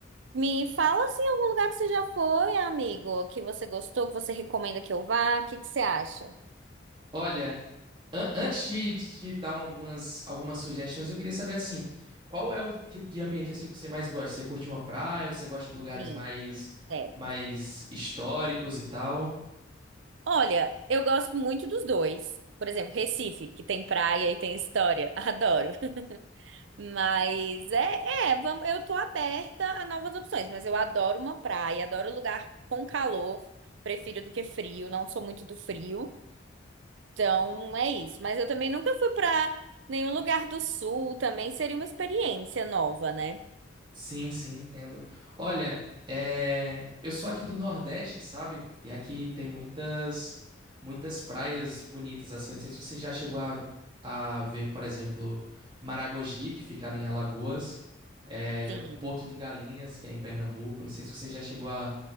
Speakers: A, on the right; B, on the right.
A: Me fala assim algum lugar que você já foi, amigo, que você gostou, que você recomenda que eu vá, o que que você acha?
B: Olha, an- antes de de te dar um- algumas, algumas sugestões, eu queria saber assim, qual é o tipo de ambiente assim que você mais gosta? Você curte uma praia ou você gosta de lugares
A: Sim,
B: mais,
A: é
B: mais históricos e tal?
A: Olha, eu gosto muito dos dois. Por exemplo, Recife, que tem praia e tem história. <laughs> Adoro. Mas é, é, vamos, eu tô aberta a novas opções, mas eu adoro uma praia, adoro lugar com calor, prefiro do que frio, não sou muito do frio. Então é isso. Mas eu também nunca fui pra nenhum lugar do sul, também seria uma experiência nova, né?
B: Sim, sim, entendo. Olha, é, eu sou aqui do Nordeste, sabe? E aqui tem muitas, muitas praias bonitas, assim. Eu não sei se você já chegou a, a ver, por exemplo, Maragogi, que fica ali em Alagoas, é,
A: Sim.
B: Porto de Galinhas, que é em Pernambuco. Não sei se você já chegou a,